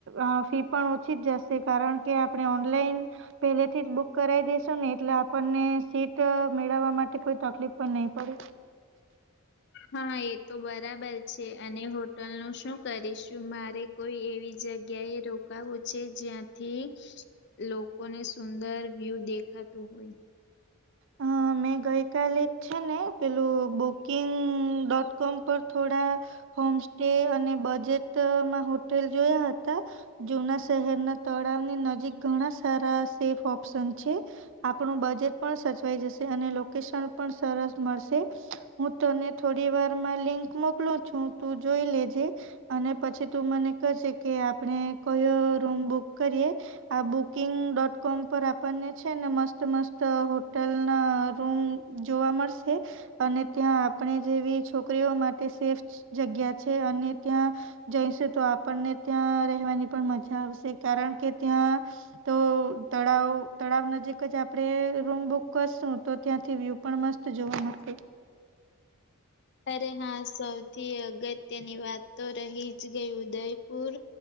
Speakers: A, on the right (about 55°); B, on the left (about 50°).
A: અ ફી પણ ઓછી જ જશે કારણ કે આપ ને ઓનલાઈન પેલેથી બુક કરી દેેશો ને એટલે આપને સીટ મેળવવા માટે ખુબ તકલીફ પણ નહીં પડે
B: હા એ તો બરાબર છે અને હોટલનું શું કરીશું મારે કોઈ એવી જગ્યા એ રોકાવું છે જ્યાં થી લોકોને સુંદર વ્યૂ દેખાતું હોય
A: હા મેં ગઈકાલે છે ને પેલું બુકિંગ ડોટ કોમ પર થોડા હોમ સ્ટે અને બજેટમાં હોટેલ જોયા હતા જૂના શહેરના તળા નજીક ઘણા સારા સેફ ઓપ્શન છે આપણું બજેટ પણ સસ સે અને લોકેશન પણ સરસ મળશે હું તને થોડી વારમાં લિંક મોકલું છું તું જોઈ લેજે અને પછી તું મને કેજ કે આપણે કયો રૂમ બુક કરીએ આ બુકિંગ ડોટ કોમ પર આપણને છે ને મસ્ત મસ્ત હો ટલના રૂમ જોવા મળશે અને ત્યાં આપણે જેવી છોકરીઓ માટે સેફ જગ્યા છે. અને ત્યાં જઈશ તો આપણને ત્યાં રહેવાની પણ મજા આવશે કારણ કે ત્યાં ત તળાવ તળાવ નજીક જ આપડે રૂમ બુક કરશું તો ત્યાંથી વ્યૂ પણ મસ્ત જોવા મળશે.
B: અરે હા સૌથી અગત્યની વાત તો રહી જ ગઈ ઉદય પુર